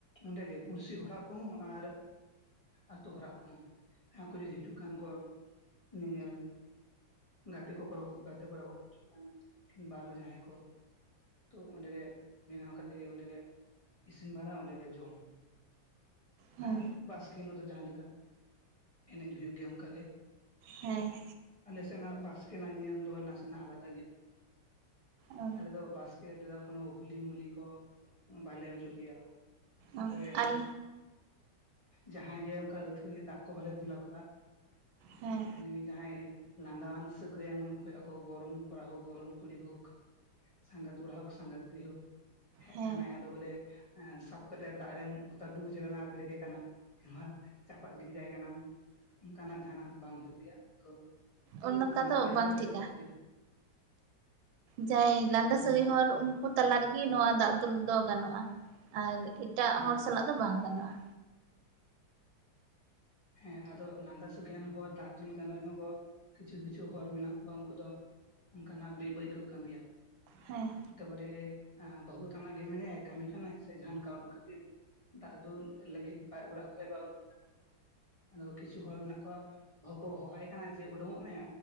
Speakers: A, on the left; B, on the right.
A: ᱚᱸᱰᱮᱜᱮ ᱯᱩᱨᱥᱤ ᱦᱚᱨᱟᱜ ᱠᱚᱦᱚᱸ ᱟᱨ ᱟᱛᱳ ᱦᱚᱨᱟᱜ ᱠᱚᱦᱚᱸ ᱡᱟᱦᱟᱸ ᱠᱚ ᱡᱩᱫᱤ ᱦᱤᱡᱩᱜ ᱠᱷᱟᱱ ᱠᱚ᱾ ᱧᱮᱧᱮᱞ ᱜᱟᱛᱮ ᱠᱚᱠᱚᱲᱚ ᱠᱚ ᱜᱟᱛᱮ ᱠᱚᱲᱟ ᱠᱚᱠᱚ ᱦᱤᱡᱩᱜ ᱠᱟᱱ ᱠᱤᱢᱵᱟ ᱟᱨᱦᱚᱸ ᱡᱟᱦᱟᱸᱭ ᱠᱚ᱾ ᱛᱚ ᱚᱸᱰᱮ ᱜᱮ ᱵᱮᱱᱟᱣ ᱠᱟᱛᱮ ᱜᱮ ᱚᱸᱰᱮ ᱜᱮ ᱤᱥᱤᱱ ᱵᱟᱨᱟ ᱚᱸᱰᱮ ᱜᱮ ᱡᱚᱢ᱾
B: ᱦᱮᱸ
A: ᱟᱨ ᱵᱟᱥᱠᱮ ᱦᱤᱞᱳᱜ ᱫᱚ ᱡᱟᱦᱟᱸ ᱞᱮᱠᱟ ᱮᱱᱮᱡ ᱦᱩᱭᱩᱜ ᱜᱮᱭᱟ ᱚᱝᱠᱟᱜᱮ᱾
B: ᱦᱮᱸ
A: ᱟᱞᱮ ᱥᱮᱱᱟᱜ ᱵᱟᱥᱠᱮ ᱱᱟᱜ ᱱᱤᱭᱚᱢ ᱫᱚ ᱱᱟᱥᱮᱱᱟᱜ ᱟᱞᱟᱫᱟ ᱜᱮ ᱦᱩᱭᱩᱜ ᱜᱮᱭᱟ᱾
B: ᱚ
A: ᱟᱞᱮ ᱫᱚ ᱵᱟᱥᱠᱮ ᱨᱮᱫᱚ ᱠᱳᱚᱱᱳ ᱦᱩᱞᱤ ᱢᱩᱞᱤ ᱠᱚ ᱵᱟᱞᱮ ᱚᱡᱚᱜ ᱜᱮᱭᱟ᱾ ᱛᱟᱯᱚᱨᱮ
B: ᱚ ᱟᱞ
A: ᱡᱟᱦᱟᱸᱭ ᱜᱮ ᱚᱝᱠᱟ ᱟᱹᱛᱷᱟᱹᱲᱤ ᱫᱟᱜ ᱠᱚ ᱵᱟᱞᱮ ᱫᱩᱞ ᱟᱠᱚᱣᱟ᱾
B: ᱦᱮᱸ
A: ᱮᱱᱮᱢᱤ ᱡᱟᱦᱟᱭ ᱞᱟᱸᱫᱟᱣᱟᱱ ᱥᱟᱹᱜᱟᱱ ᱦᱩᱭᱩᱜ ᱟᱠᱚ ᱜᱚᱲᱚᱢ ᱠᱚᱲᱟ ᱦᱳᱠ ᱜᱚᱲᱚᱢ ᱠᱩᱲᱤ ᱦᱳᱠ᱾ ᱥᱟᱸᱜᱟᱛ ᱠᱚᱲᱟ ᱦᱳᱠ ᱥᱟᱸᱜᱟᱛ ᱠᱩᱲᱤ ᱦᱳᱠ᱾ ᱦᱮᱜ
B: ᱦᱮᱸ
A: ᱠᱟᱱᱟᱭ ᱟᱫᱚ ᱵᱚᱞᱮ ᱮᱸ ᱥᱟᱵ ᱠᱟᱛᱮ ᱫᱟᱜ ᱨᱮᱢ ᱚᱛᱟ ᱰᱩᱵᱩᱡᱮ ᱟᱠᱟᱱᱟ ᱵᱮᱨᱮᱜ ᱠᱟᱱᱟ᱾ <unintelligible> ᱪᱟᱯᱟᱜ ᱜᱤᱰᱤ ᱠᱟᱭ ᱠᱟᱱᱟᱢ ᱚᱝᱠᱟᱱᱟᱜ ᱡᱟᱦᱟᱱᱟᱜ ᱵᱟᱝ ᱦᱩᱭᱩᱜ ᱜᱮᱭᱟ ᱛᱚ
B: ᱚᱱᱠᱟ
A: ᱫᱚ ᱱᱟᱯᱟᱭ ᱞᱮᱠᱟ
B: ᱵᱟᱝ
A: ᱛᱮᱜᱮ
B: ᱴᱷᱤᱠᱟ
A: ᱦᱩᱭᱩᱜ ᱜᱮᱭᱟ᱾
B: ᱡᱟᱦᱟᱸᱭ ᱞᱟᱸᱫᱟ
A: ᱦᱩᱸ
B: ᱥᱟᱹᱜᱟᱹᱭ ᱦᱚᱲ ᱩᱝᱠᱩ ᱛᱟᱞᱟ ᱨᱮᱜᱮ ᱱᱚᱣᱟ ᱫᱟᱜ ᱫᱩᱞ ᱫᱚ ᱜᱟᱱᱚᱜᱼᱟ᱾ ᱮᱴᱟᱜ
A: ᱦᱩᱸ
B: ᱦᱚᱲ ᱥᱟᱞᱟᱜ ᱫᱚ ᱵᱟᱝ ᱜᱟᱱᱚᱜᱼᱟ᱾
A: ᱦᱮᱸ ᱟᱫᱚ ᱞᱟᱸᱫᱟ ᱥᱟᱹᱜᱟᱹᱭᱟᱱ ᱦᱚᱲ ᱫᱟᱜ ᱫᱩᱞ ᱜᱟᱱᱚᱜ ᱦᱚᱸ ᱠᱤᱪᱷᱩ ᱠᱤᱪᱷᱩ ᱦᱚᱲ ᱢᱮᱱᱟᱜ ᱠᱚᱣᱟ ᱩᱝᱠᱩ ᱫᱚ ᱚᱝᱠᱟᱱᱟᱜ ᱵᱮ ᱵᱟᱹᱲᱤᱜ ᱠᱚ ᱠᱟᱹᱢᱤᱭᱟ᱾
B: ᱦᱮᱸ
A: ᱦᱚᱛᱮ ᱯᱟᱨᱮ ᱮᱸ ᱵᱟᱹᱦᱩ ᱛᱟᱱᱟᱜ ᱜᱮ ᱢᱮᱱᱟᱭᱟ ᱠᱟᱹᱟᱢᱤ ᱠᱟᱱᱟᱭ ᱥᱮ ᱡᱟᱱ ᱠᱟᱹᱢᱤ <unintelligible> ᱠᱷᱟᱹᱛᱤᱨ᱾ ᱫᱟᱜ ᱫᱩᱞ ᱞᱟᱹᱜᱤᱫ ᱟᱡ ᱚᱲᱟᱜ ᱠᱷᱟᱡ ᱵᱟᱭ ᱚᱰᱚᱝ ᱟᱫᱚ ᱠᱤᱪᱷᱩ ᱦᱚᱲ ᱢᱮᱱᱟᱜ ᱠᱚᱣᱟ ᱵᱟᱦᱩ ᱠᱚ ᱦᱚᱦᱚᱣᱟᱭ ᱠᱟᱱᱟ ᱡᱮ ᱩᱰᱩᱝᱚᱜ ᱢᱮ᱾